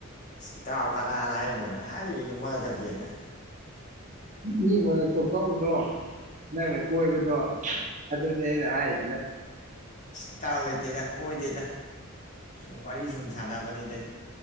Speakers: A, on the left; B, on the right.
A: ꯑꯁ ꯏꯇꯥꯎ ꯀꯅꯥꯅ ꯍꯥꯏꯔꯤꯝꯅꯣꯅꯦ ꯍꯥꯏꯔꯤꯕꯗꯨ ꯃ ꯈꯛꯦꯅꯦ
B: ꯃꯤ ꯃꯉꯛꯇꯣ ꯀꯛꯎꯅꯣ ꯅꯪꯅ ꯀꯣꯏꯕꯗꯣ ꯑꯗꯨꯅꯦ ꯑꯩꯅ ꯍꯥꯏꯔꯤꯁꯤꯅ
A: ꯏꯇꯥꯎ ꯂꯩꯇꯦꯗ ꯀꯣꯏꯗꯦꯗ ꯁꯨꯝ ꯋꯥꯔꯤ ꯁꯨꯝ ꯁꯥꯟꯅꯕꯅꯤ